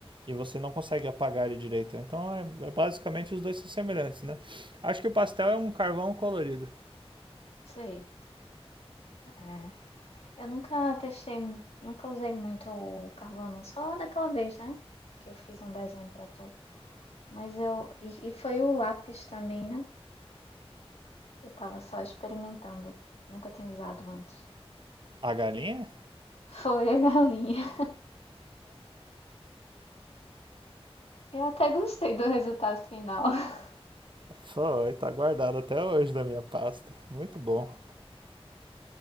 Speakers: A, on the right; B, on the left.
A: E você não consegue apagar ele direito. Então é, é basicamente os dois são semelhantes, né? Acho que o pastel é um carvão colorido.
B: sei. É. Eu nunca testei, mu- nunca usei muito o carvão, não. Só daquela vez, né? Que eu fiz um desenho pra tu. Mas eu. E, e foi o lápis também, né? Eu tava só experimentando. Nunca tinha usado antes.
A: A galinha?
B: <laughs> Foi a galinha. Eu até gostei do resultado final. <laughs>
A: Foi, tá guardada até hoje da minha pasta. Muito bom.